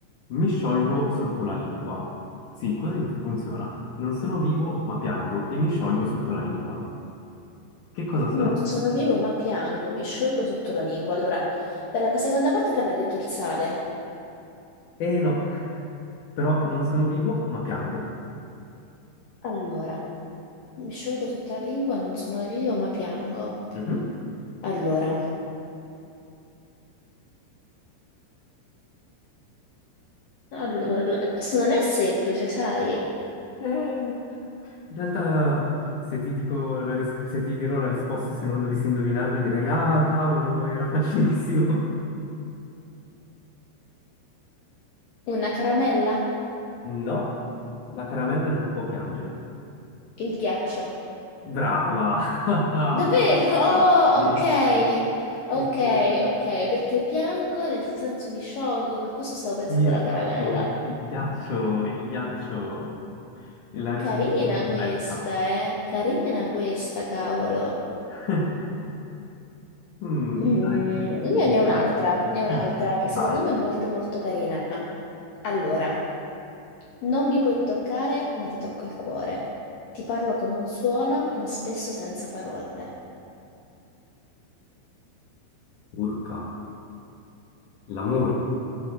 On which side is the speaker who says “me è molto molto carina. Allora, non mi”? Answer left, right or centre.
Left